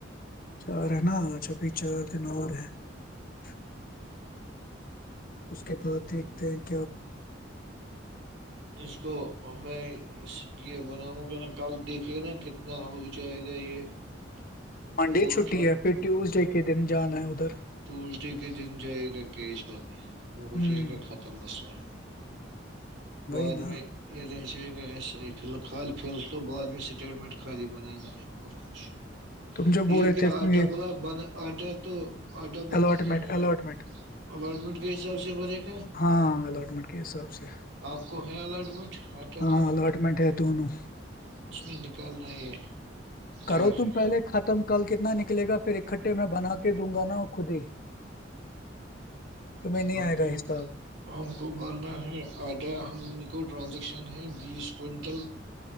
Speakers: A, on the left; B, on the right.
A: چار ہے ناھ پ چار دن اور ہے <unintelligible> <inaudible> اس کے بعد دیکھتے ہیں <unintelligible>
B: اس کو <unintelligible> اور میں اس یہ بناؤں گا نا کل دیکھے نا کتنا ہو جائے گا یہ <unintelligible>
A: منڈے
B: اور
A: چھٹی ہے پھر ٹیوزڈے کے دن <unintelligible> جانا ہے ادھر <unintelligible>
B: ٹوزڈے کے دن جائے گا کیش برنے وہ ہو
A: ہوں
B: جائے گا ختم مسئلہ
A: وہی
B: بعد
A: نا
B: میں یہ رہ جائے گا ایسا ہی فی ال خال فی ال تو بعد میں اسٹیٹمنٹ خالی بنانا ہے اور کچھ
A: تم جو بول
B: <unintelligible> یہ
A: رہے
B: کیا
A: تھے
B: آٹا
A: یہ
B: بلا بنا اورٹر تو <unintelligible> آٹا بندارٹمٹ
A: الاٹمنٹ الاٹمنٹ
B: <unintelligible> یہ سب سے بڑے <unintelligible>
A: ہاں اللاٹمنٹ کے حساب سے
B: آپ کو ہے اللاٹمنٹ <unintelligible> فٹ
A: ہاں
B: کا ہے
A: الاٹمنٹ ہے دونوں
B: اس میں نکالنا یہ <unintelligible>
A: کرو
B: کیا
A: تم
B: ہے
A: پہلے ختم کل کتنا نکلے گا پھر اکٹھا ے میں بنا کے دوں گا نا اور خود ہی <unintelligible> نہیں
B: ہم
A: آئے گا
B: کو
A: حساب
B: ہم کو مارنا ہے آدا ہم <unintelligible> کو ٹرانزیکشن ہے بیس کوئنٹل